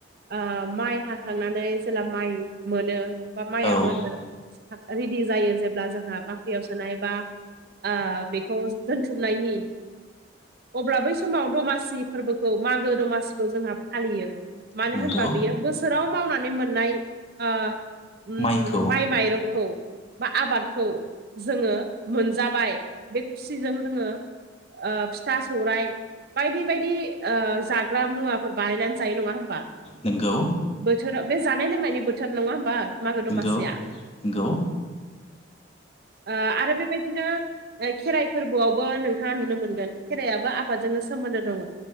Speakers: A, on the right; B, on the left.
A: ओ माइ हाखांनानै जेला माइ मोनो बा माइआ
B: औ
A: मोनो रेडि जायो जेब्ला जोंहा बाख्रियाव सोनाय बा ओ बेखौ दोनथुमनायनि अब्ला बै समाव दमासि फोरबोखौ मागो दमासिखौ जोंहा फालियो मानो
B: नंगौ
A: होनबा बियो बोसोराव मावनानै मोननाय ओ उम
B: माइखौ
A: माइ माइरंखौ बा आबादखौ जोङो मोनजाबाय बे खुसिजों जोङो ओ फिथा सौरायाइ बायदि बायदि ओ जाग्रा मुवाफोर बानायनानै जायो नङा होमबा
B: नोंगौ
A: बोथोराव बे जानाय लोंनायनि बोथोर नङा होमबा मागो दमासिया
B: गौ गौ
A: ओ आरो बेबायदिनो ओ खेराइ फोरबोआवबो नोंथाङा नुनो मोनगोन खेरायाबो आबादजोंनो सोमोन्दो दङ